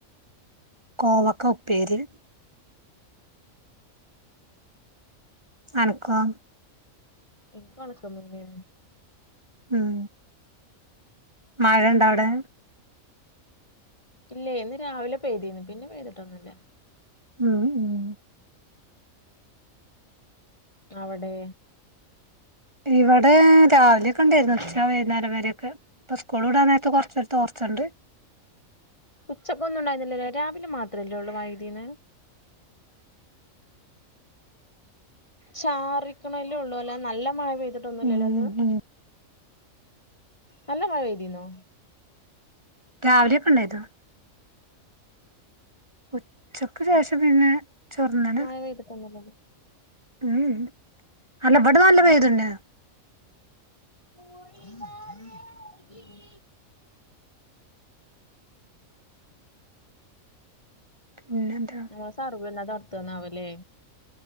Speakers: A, on the right; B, on the left.
A: കോവക്ക ഉപ്പേരി. അനക്കോ
B: എന്ക്ക് ഒണക്കമീനെ
A: ഉം മഴണ്ടാ അവിടെ
B: ഇല്ല ഇന്ന് രാവിലെ പെയ്തിന്ന് പിന്നെ പെയ്തിട്ടൊന്നുംല്ല.
A: ഉം ഉം
B: അവിടെ
A: ഇവിടെ രാവിലെയൊക്കെ ഉണ്ടായിരുന്നു ഉച്ച വൈകുന്നേരം വരേയൊക്കെ ഇപ്പൊ സ്കൂൾ വിടാൻ നേരത്ത് കൊറച്ച് നേരത്ത് തോർച്ചയുണ്ട്
B: ഉച്ചക്കൊന്നും ഉണ്ടായീന്നില്ലല്ലോ രാവിലെ മാത്രല്ലേ ഉളളൂ മഴ പെയ്തീന്ന് ചാറിക്കണല്ലേ ഉള്ളൂ അല്ലാതെ നല്ല മഴ പെയ്തിട്ടൊന്നൂല്ലല്ലോ
A: ഉം
B: ഇന്ന്
A: ഉം
B: നല്ല മഴ പെയ്തീന്നോ
A: രാവിലെയൊക്കെണ്ടായിതോ ഉച്ചക്ക് ശേഷം പിന്നെ ചെറുന്നനെ
B: പെയ്തിട്ടന്നല്ലേ
A: ഉം അല്ല ഇവിടെ നല്ല പെയ്തുന്ന്
B: ഉ ഉ <inaudible>
A: വേറെന്താ
B: നമ്മ സർവേന്നത് അടുത്ത് തന്നാവൂല്ലേ